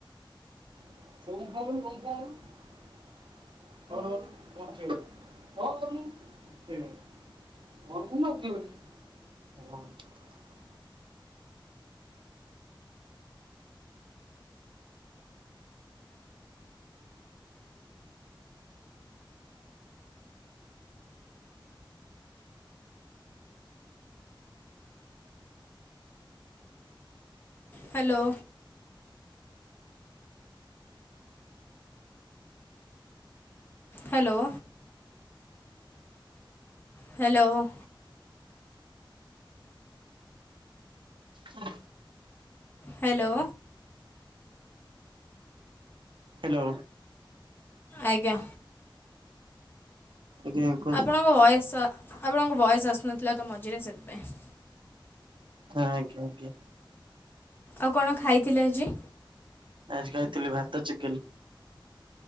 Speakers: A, on the right; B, on the left.
A: <unintelligible> <unintelligible> <unintelligible>
B: ହ୍ୟାଲୋ। ହ୍ୟାଲୋ। ହ୍ୟାଲୋ।
A: ହଁ।
B: ହ୍ୟାଲୋ।
A: ହ୍ୟାଲୋ।
B: ଆଜ୍ଞା
A: ଆଜ୍ଞା କୁହନ୍ତୁ
B: ଆପଣଙ୍କ ଭୟସ୍ ଆପଣଙ୍କ ଭଏସ୍ ଆସୁନଥିଲା ତ ମଝିରେ ସେଥିପାଇଁ।
A: ହଁ ଆଜ୍ଞା ଆଜ୍ଞା।
B: ଆଉ କଣ ଖାଇଥିଲେ ଆଜି?
A: ଆଜି ଖାଇଥିଲି ଭାତ ଚିକେନ୍।